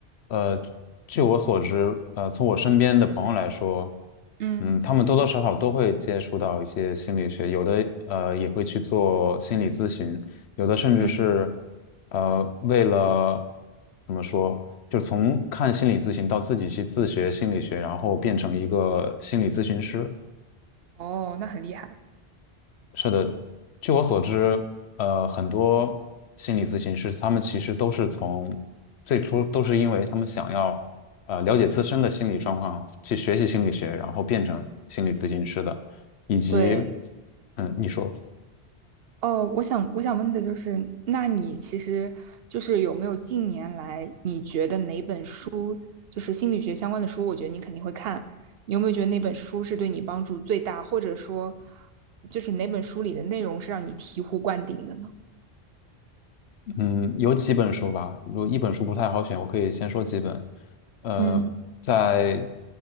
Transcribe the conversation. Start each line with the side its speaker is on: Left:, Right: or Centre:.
Left: 呃，据我所知，呃，从我身边的朋友来说，
Right: 嗯
Left: 嗯，他们多多少少都会接触到一些心理学，有的呃也会去做心理咨询，有的甚至是
Right: 嗯，
Left: 呃为了怎么说，就是从看心理咨询到自己去自学心理学，然后变成一个心理咨询师。
Right: 哦，那很厉害。
Left: 是的，据我所知，呃，很多心理咨询师他们其实都是从最初都是因为他们想要呃了解自身的心理状况，去学习心理学，然后变成心理咨询师的，以及
Right: 对，
Left: 嗯，你说
Right: 哦，我想我想问的就是，那你其实就是有没有近年来你觉得哪本书，就是心理学相关的书，我觉得你肯定会看，你有没有觉得哪本书是对你帮助最大，或者说就是哪本书里的内容是让你醍醐灌顶的呢？
Left: 嗯，有几本书吧，如果一本书不太好选，我可以先说几本，呃，
Right: 嗯
Left: 在